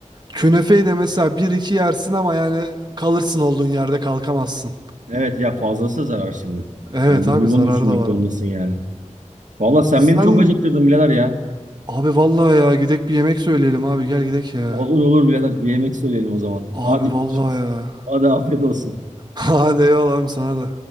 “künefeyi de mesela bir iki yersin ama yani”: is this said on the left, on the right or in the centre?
Right